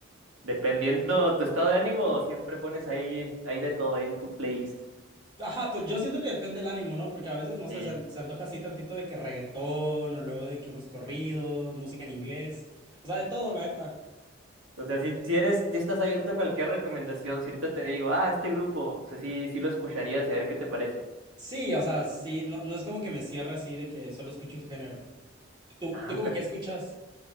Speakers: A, on the right; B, on the right.
A: dependiendo tu estado de ánimo, siempre pones ahí, ahí de todo, ahí en tu playlist.
B: Ajá, pues yo siento que depende del ánimo, ¿no? Porque a veces, no sé,
A: Eh,
B: se, an- se antoja así tantito de que reggaetón o luego de que unos corridos, música en inglés, o sea, de todo, la neta.
A: o sea, si, si eres, si estás abierto a cualquier recomendación, si ahorita te digo, ah, este grupo, o sea, sí, sí lo escucharías y a ver qué te parece.
B: Sí, o sea, sí, no, no es como que me cierre así de que solo escuche un género. ¿Tú,
A: Ah,
B: tú como
A: pero
B: que escuchas?